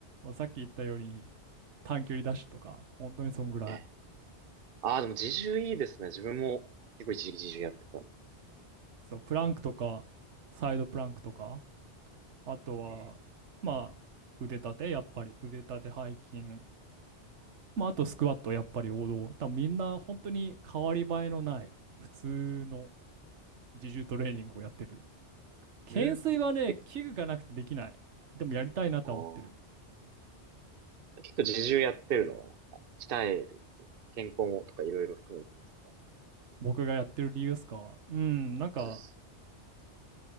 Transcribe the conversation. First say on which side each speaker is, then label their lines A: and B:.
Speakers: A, on the right; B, on the right.
A: さっき言ったように、短距離ダッシュとか、本当にそんぐらい。
B: んああ、でも自重いいですね。自分も結構一時期自重やってたんで
A: そう、プランクとか、サイドプランクとか、あとは、
B: ね。
A: まあ、腕立て、やっぱり、腕立て、背筋、まあ、あとスクワット、やっぱり王道。多分みんな本当に変わり映えのない、普通の自重トレーニングをやってる。懸垂はね、
B: うん。え、
A: 器具がなくてできない。でもやりたいなとは思ってる。
B: ああ。結構自重やってるのはなんか、鍛える、健康とかいろいろ含めてですか
A: 僕がやってる理由ですか。うん、なんか、
B: そうです。